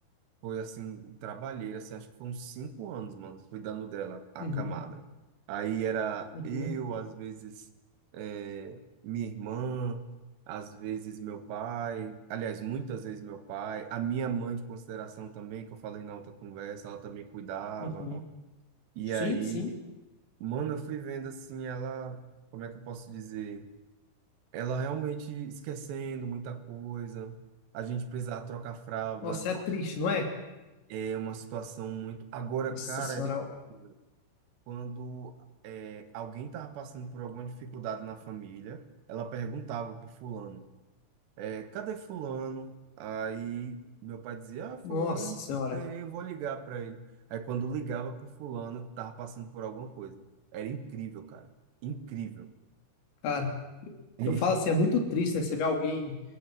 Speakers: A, on the right; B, on the left.
A: Foi assim, trabalheira, assim, acho que foram uns cinco anos, mano, cuidando dela, a
B: Uhum,
A: camada. Aí era
B: uhum,
A: eu, às vezes, eh, minha irmã, às vezes meu pai, aliás, muitas vezes meu pai, a minha mãe de consideração também, que eu falei na outra conversa, ela também cuidava.
B: uhum.
A: E
B: Sim,
A: aí,
B: sim.
A: mano, eu fui vendo assim, ela, como é que eu posso dizer? Ela realmente esquecendo muita coisa, a gente precisava trocar fralda.
B: Nossa, é triste, não é?
A: É uma situação muito. Agora,
B: Nossa
A: cara,
B: senhora,
A: era incrível. quando é, alguém estava passando por alguma dificuldade na família, ela perguntava pro fulano, é, cadê fulano? Aí meu pai dizia, ah, fulano,
B: nossa senhora,
A: é, eu vou ligar para ele. Aí quando ligava pro fulano, tava passando por alguma coisa. Era incrível, cara. Incrível.
B: cara,
A: <laughs>
B: eu falo assim, é muito triste, né? Você vê alguém